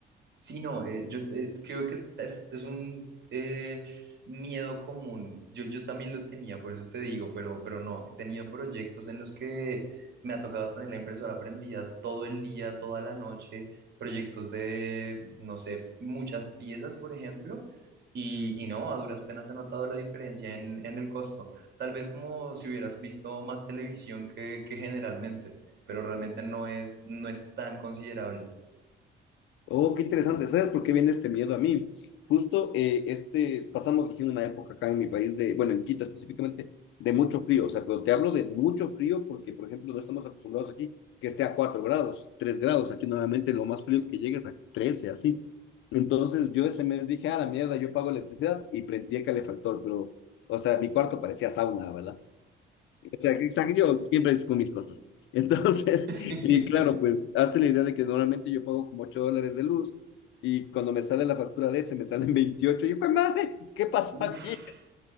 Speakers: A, on the right (about 60°); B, on the left (about 80°).
A: Sí, no, eh, yo eh, creo que es, es- es un eh, miedo común. Yo, yo también lo tenía, por eso te digo, pero, pero no, he tenido proyectos en los que me ha tocado tener la impresora prendida todo el día, toda la noche, proyectos de, no sé, muchas piezas, por ejemplo, y, y no, a duras penas he notado la diferencia en, en el costo. Tal vez como si hubieras visto más televisión que, que generalmente, pero realmente no es, no es tan considerable.
B: Oh, qué interesante. ¿Sabes por qué viene este miedo a mí? Justo eh, este, pasamos recién una época acá en mi país de, bueno, en Quito específicamente, de mucho frío. O sea, pero te hablo de mucho frío porque, por ejemplo, no estamos acostumbrados aquí que esté a 4 grados, 3 grados. Aquí normalmente lo más frío que llega es a trece así. Entonces yo ese mes dije, a la mierda, yo pago electricidad y prendí el calefactor, pero, o sea, mi cuarto parecía sauna, ¿verdad? O sea, que- o yo siempre con mis cosas. Entonces,
A: <laughs>
B: <laughs> y claro, pues hazte la idea de que normalmente yo pago como 8 dólares de luz y cuando me sale la factura de ese me salen <laughs> veintiocho Y yo, "Jue madre, ¿qué pasó aquí?
A: Uf,